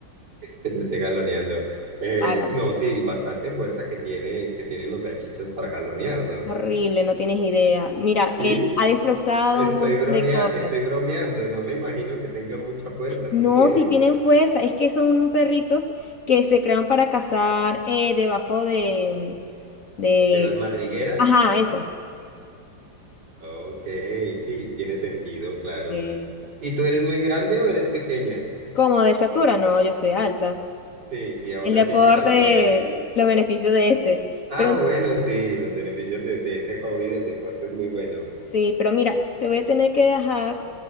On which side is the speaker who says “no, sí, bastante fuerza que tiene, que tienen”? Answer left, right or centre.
Right